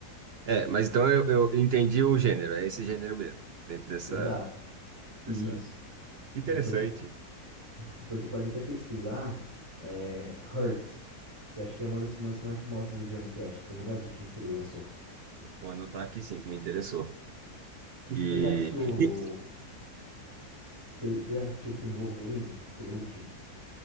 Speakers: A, on the right (about 65°); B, on the right (about 20°).
A: É, mas então eu, eu entendi o gênero. É esse gênero mesmo. Dentro dessa,
B: Exato.
A: dessa...
B: Isso.
A: Que interessante.
B: Depois você. Depois você pode até pesquisar é, Hurt, que acho que é uma das músicas mais famosas do Johnny Cash, que foi uma das últimas que ele lançou.
A: Vou vou anotar aqui sim, que me interessou. E...
B: Você já assistiu.
A: e-
B: Você você já assistiu o filme Wolverine, aquele último?